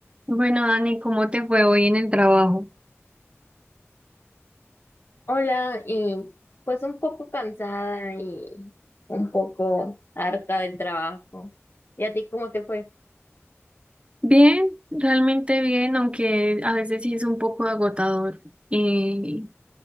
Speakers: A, on the right; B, on the left.
A: Bueno, Dani, ¿cómo te fue hoy en el trabajo?
B: Hola, y pues un poco cansada y un poco harta del trabajo. ¿Y a ti cómo te fue?
A: Bien, realmente bien, aunque a veces sí es un poco agotador. Eh,